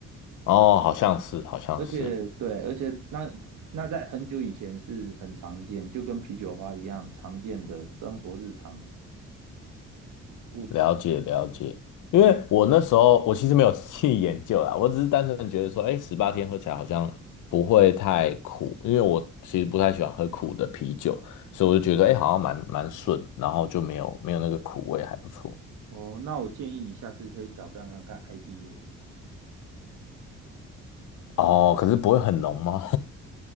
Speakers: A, on the left; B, on the right.
A: 哦，好像是，好像是，
B: 而且对，而且那那在很久以前是很常见，就跟啤酒花一样常见的生活日常物质。
A: 了解了解。
B: 那嗯
A: 因为我那时候我其实没有 <laughs> 去研究啦，我只是单纯地觉得说，哎，十八天喝起来好像不会太苦，因为我其实不太喜欢喝苦的啤酒，所以我就觉得，哎，好像蛮蛮顺，然后就没有没有那个苦味，还不错。
B: 哦，那我建议你下次可以挑战看看 IPA，
A: 哦，可是不会很浓吗？